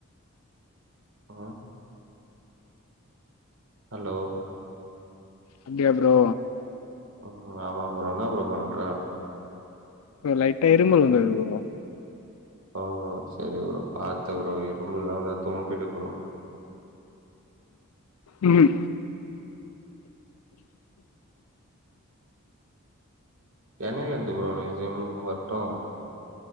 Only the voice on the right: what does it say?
ஆ ஹலோ
ஆ ஆமா ப்ரோ என்ன ப்ரோ பண்ற
ஓ சரி ப்ரோ பாத்து ப்ரோ இரும்மல்லா வந்தா தும்பிடு ப்ரோ
என்னைல இருந்து ப்ரோ ரேசிங் வர்ட்டும்